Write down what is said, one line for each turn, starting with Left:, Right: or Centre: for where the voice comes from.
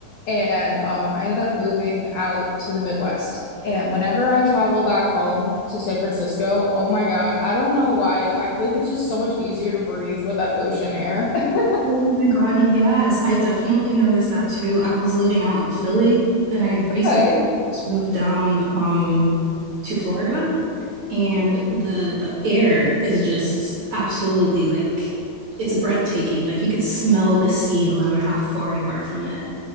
Left: And um I ended up moving out to the Midwest. And whenever I travel back home to San Francisco, oh my God, I don't know why. I feel like it's just so much easier to breathe with that ocean air. <laughs>
Right: Oh my God, yes. I definitely noticed that too. I was living out in Philly and I had recently
Left: Okay.
Right: just moved down um to Florida and the the air is just absolutely like it's breathtaking. Like you could smell the sea no matter how far you are from it.